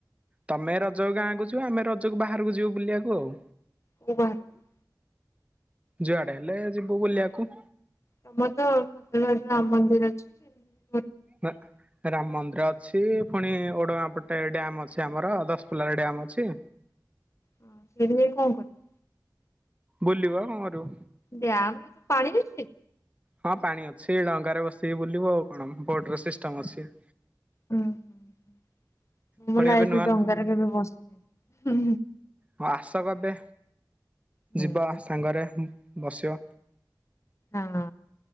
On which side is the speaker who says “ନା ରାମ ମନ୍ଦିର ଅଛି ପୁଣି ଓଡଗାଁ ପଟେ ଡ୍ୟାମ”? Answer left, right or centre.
Right